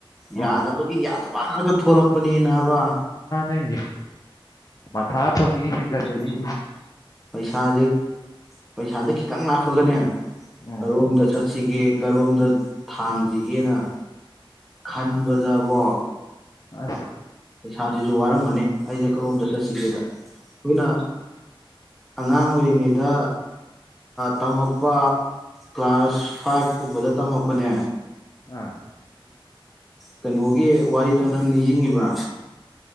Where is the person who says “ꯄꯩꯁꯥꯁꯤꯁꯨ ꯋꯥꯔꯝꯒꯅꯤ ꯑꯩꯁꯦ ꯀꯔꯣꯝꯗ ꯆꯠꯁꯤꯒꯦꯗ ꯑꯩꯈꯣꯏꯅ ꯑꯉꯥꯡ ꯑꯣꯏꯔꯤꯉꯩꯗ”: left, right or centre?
Centre